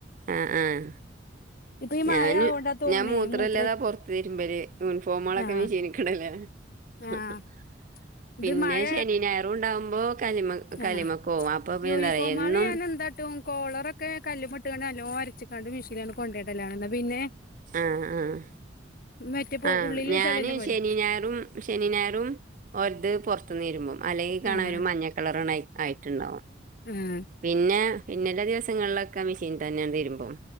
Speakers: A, on the right (about 45°); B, on the left (about 50°).
A: ആഹ് ആഹ്
B: ഇപ്പൊ ഈ
A: ഞാന്
B: മഴ ആവോണ്ടാ തോന്നണേ
A: ഞാൻ മൂത്രല്ലതാ
B: ഈ മൂത്രം
A: പൊറത്ത് തിരുമ്പല് യൂണിഫോമുകളൊക്കെ
B: ആ
A: മിഷീനിയ്ക്ക്ടലേ ഹ്
B: ആഹ്
A: ഹ് ആ പിന്നെ
B: ഇത് മഴ
A: ശനീം ഞായറും ഉണ്ടാവുമ്പോ കല്ലിമക് കല്ലിമ്മക്കോവാം
B: ആഹ്
A: അപ്പൊ പിന്നെ
B: യൂണിഫോമാള്
A: എന്താറിയോ എന്നും
B: ഞാൻ എന്താട്ടും കോളറൊക്കെ കല്ല്മ്മട്ട്ങ്ങനെ നല്ലോം ഒരച്ച്ക്കാണ്ട് മിഷീന്ലങ്ങട്ട് കൊണ്ടോയിടലാണ് ഇന്നാ പിന്നെ
A: ആ ആഹ്
B: മറ്റേ പൊ
A: ആമ്
B: ഉള്ളില്
A: ഞാന്
B: ചെളില്ല പോലെ
A: ശനീം, ഞായറും ശനീം ഞായറും ഓരത് പൊറത്ത് ന്ന് തിരുമ്പും. അല്ലെങ്കി കാണ
B: ആഹ്
A: ഒരു മഞ്ഞ കളറണ് ആയി ആയിട്ട്ണ്ടാവും.
B: ഉം
A: പിന്നെ പിന്നല്ലെ ദിവസങ്ങളിലൊക്കെ മെഷീന് തന്നെ ഞാൻ തിരുമ്പും.